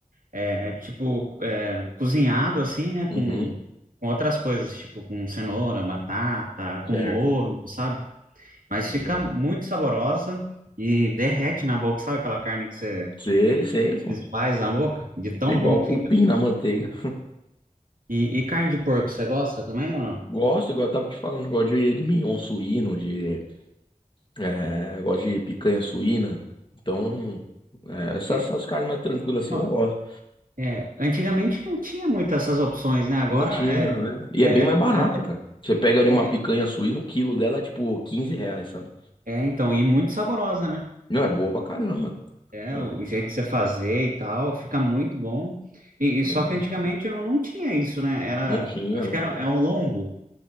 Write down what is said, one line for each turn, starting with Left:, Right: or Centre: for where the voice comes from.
Right: é, é tipo é, cozinhado assim, né? Com,
Left: Uhum,
Right: com outras coisas, tipo com cenoura, batata,
Left: certo.
Right: com molho, sabe? Mas
Left: Legal.
Right: fica muito saborosa e derrete na boca. Sabe aquela carne que você
Left: Sei, sei, pô.
Right: desfaz na boca? De tão
Left: Igual
Right: bom que
Left: cupim
Right: fica.
Left: na manteiga.
Right: E, e carne de porco, você gosta também ou não?
Left: Gosto, igual eu tava te falando, gosto de, de mignon suíno, de, é, gosto de picanha suína. Então, é, essas,
Right: É,
Left: essas carnes mais tranquilas assim
Right: ó,
Left: eu gosto.
Right: é, antigamente não tinha muitas essas opções, né? Agora
Left: Não tinha,
Right: é,
Left: né? E
Right: é,
Left: é bem mais
Right: é,
Left: barato,
Right: é até-
Left: cara. Você pega ali
Right: é-
Left: uma picanha suína, o quilo dela é tipo 15 reais, sabe?
Right: é, então, e muito saborosa, né?
Left: Não, é boa pra caramba.
Right: É,
Left: É,
Right: o jeito de você fazer e tal, fica muito bom. E, e
Left: legal.
Right: só que antigamente não, não tinha isso, né? Era,
Left: Não tinha,
Right: acho
Left: não
Right: que era,
Left: tinha.
Right: é um lombo,